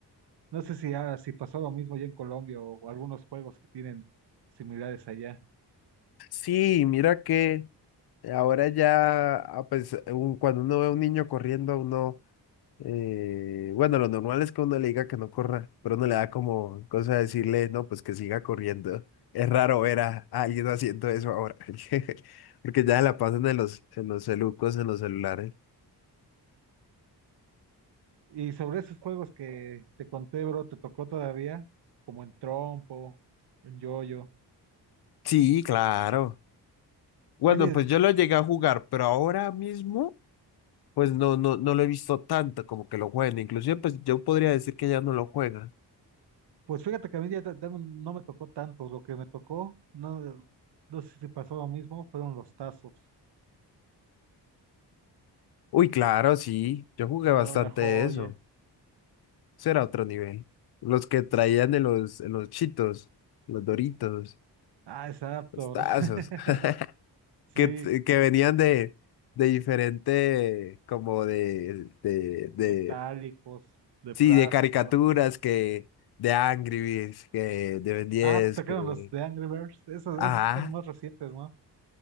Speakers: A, on the right; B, on the left.
A: No sé si, ah, si pasó lo mismo ya en Colombia o algunos juegos que tienen similares allá.
B: Sí, mira que ahora ya, a pes- un- cuando uno ve a un niño corriendo, uno, eh, bueno, lo normal es que uno le diga que no corra, pero uno le da como cosa de decirle, no, pues que siga corriendo. Es raro ver a, a alguien haciendo eso ahora, <laughs> porque ya la pasan en los, en los celucos, en los celulares.
A: Y sobre esos juegos que te conté, bro, ¿te tocó todavía? Como en trompo, en yoyo.
B: Sí, claro. Bueno,
A: Oye,
B: pues yo lo llegué a jugar, pero ahora mismo, pues no, no, no lo he visto tanto como que lo juegan. Inclusive, pues yo podría decir que ya no lo juegan.
A: pues fíjate que a mí ya ta- ta- no no me tocó tanto. Lo que me tocó, no, no sé si pasó lo mismo, fueron los tazos.
B: Uy, claro, sí. Yo jugué
A: No,
B: bastante
A: una joya.
B: de eso. Eso era otro nivel. Los que traían de los, en los chitos, los Doritos,
A: Ah, exacto,
B: los tazos,
A: bro. <laughs>
B: <laughs>
A: Sí,
B: que, que venían de, de diferente, como de, de, de,
A: metálicos, de
B: sí,
A: plástico.
B: de caricaturas, que de Angry Birds, que de Ben 10,
A: Ah, te tocaron
B: que...
A: los de Angry Birds. Esos,
B: Ajá.
A: esos fueron más recientes, ¿no?